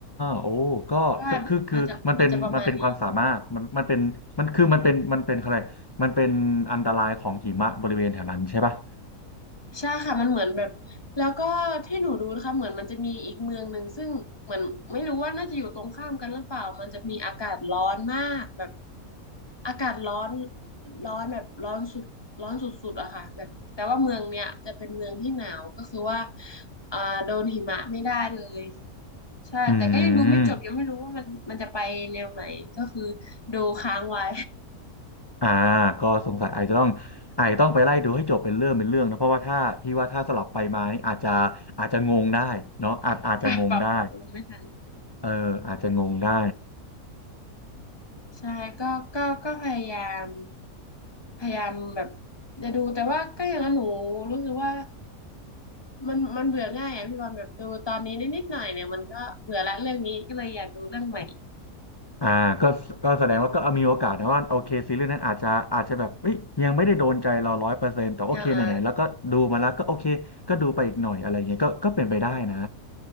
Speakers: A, on the left (about 40°); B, on the left (about 20°).
A: โอ้ก็
B: ใช่มันจะมันจะประมาณนี้
A: คือคือมันเป็นมันเป็นความสามารถมันมันเป็นมันคือมันเป็นมันเป็นอะไรมันเป็นอันตรายของหิมะบริเวณแถวนั้นใช่ปะ
B: ใช่ค่ะมันเหมือนแบบแล้วก็ที่หนูดูนะคะเหมือนมันจะมีอีกเมืองหนึ่งซึ่งเหมือนไม่รู้ว่าน่าจะอยู่ตรงข้ามกันหรือเปล่ามันจะมีอากาศร้อนมากแบบอากาศร้อนร้อนแบบร้อนสุดร้อนสุดๆอะค่ะแบบแต่ว่าเมืองเนี้ยจะเป็นเมืองที่หนาวก็คือว่าอ่าโดนหิมะไม่ได้เลยใช่แต่ก็ยังดูไม่จบยังไม่รู้ว่ามันมันจะไปแนวไหนก็คือ
A: อืม
B: ดูค้างไว้
A: อ่าก็สงสัยอาจจะต้องอาจจะต้องไปไล่ดูให้จบเป็นเรื่องเป็นเรื่องนะเพราะว่าถ้าพี่ว่าถ้าสลับไปมานี่อาจจะอาจจะงงได้เนาะอาจอาจจะงงได้
B: <laughs> ปรับปรับปรับอารมณ์ไม่ทัน
A: เอออาจจะงงได้
B: ใช่ก็ก็ก็พยายามพยายามแบบจะดูแต่ว่าก็อย่างนั้นหนูรู้สึกว่ามันมันเบื่อง่ายอ่ะพี่บอลแบบดูตอนนี้นิดนิดหน่อยเนี่ยมันก็เบื่อละเรื่องนี้ก็เลยอยากดูเรื่องใหม่
A: อ่าก็ก็แสดงว่าก็มีโอกาสนะว่าโอเคซีรีส์นั้นอาจจะอาจจะแบบเอ้ยยังไม่ได้โดนใจเราร้อยเปอร์เซ็นต์แต่โอเคไหนๆแล้วก็ดูมาแล้วก็โอเคก็ดูไปอีกหน่อยอะไรเงี้ยก็ก็เป็นไปได้นะ
B: อ่าอ่า